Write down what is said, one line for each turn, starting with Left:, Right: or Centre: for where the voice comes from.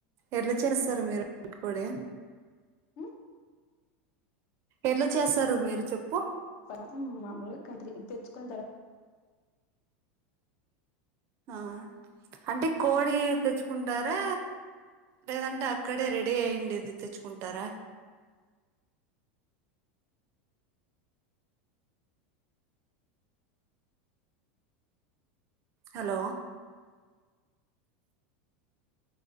Right: ఎట్లా చేస్తారు మీరు నట్టుకోడీ
Left: ఉ
Right: ఎట్లా చేస్తారు మీరు చెప్
Left: తరు ఊ మాములే కంత్రీ తెచ్చుకున్న త
Right: ఆ అంటే కోడి తెచ్చుకుంటారా లేదంటే అక్కడే రెడీ అయియండది తెచ్చుకుంటారా హలో